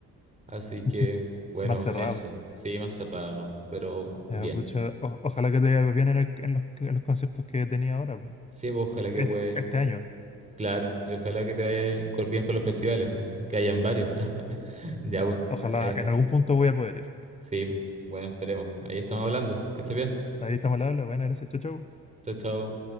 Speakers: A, on the right; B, on the left.
A: Así que,
B: <laughs>
A: bueno,
B: Más cerrado.
A: eso, sí, más cerrado, pero
B: Ya,
A: bien.
B: pucha, o- ojalá que te vaya bien en, el- en los, en los conciertos que tenía
A: S-
B: ahora, pu.
A: Sí, pues, ojalá que
B: Este,
A: pueda ir.
B: este año.
A: Claro, y ojalá que te vaya co- bien con los festivales, po, que hayan varios. <laughs> Ya, pues,
B: Ojalá
A: ahí,
B: en algún punto voy a poder ir.
A: sí, pues. Bueno, esperemos. Ahí estamos hablando. Que estés bien.
B: Ahí estamos al habla. Buenas, gracias. Chau, chau.
A: Chao, chao.